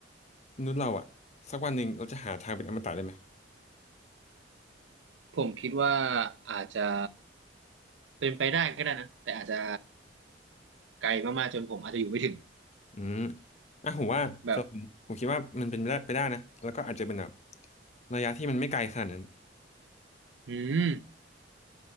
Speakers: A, on the left (about 40°); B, on the right (about 85°).
A: มนุษย์เราอะสักวันหนึ่งเราจะหาทางเป็นอมตะได้ไหม
B: ผมคิดว่าอาจจะเป็นไปได้ก็ได้นะแต่อาจจะไกลมากๆจนผมอาจจะอยู่ไม่ถึง
A: อืมอ่ะผมว่าสำหรับผมผมคิดว่ามันเป็นไปได้ไปได้นะแล้วก็อาจจะเป็นแบบ
B: แบบ
A: ระยะที่มันไม่ไกลขนาดนั้น
B: อืม